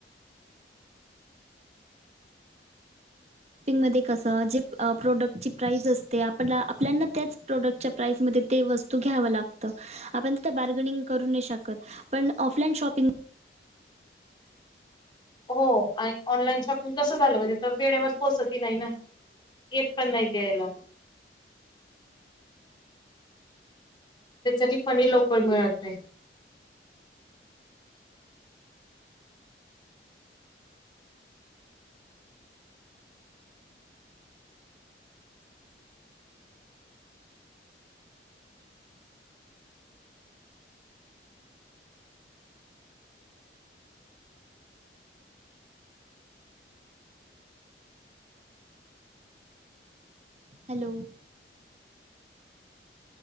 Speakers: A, on the right (about 35°); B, on the left (about 25°).
A: शिपिंगमध्ये कसं जे प्रोडक्टची प्राईस असते आपल्याला आपल्याना त्याच प्रोडक्टच्या प्राईसमध्ये ते वस्तू घ्यावं लागतं आपण तिथं बार्गनिंग करू नाही शकत. पण ऑफलाईन शॉपिंग
B: हो आणि ऑनलाईन शॉपिंग कसं झालं म्हणजे तर वेळेवर पोहचतही नाही ना येत पण नाही द्यायला. त्याच्या आधी पणी लवकर मिळत नाही.
A: हॅलो.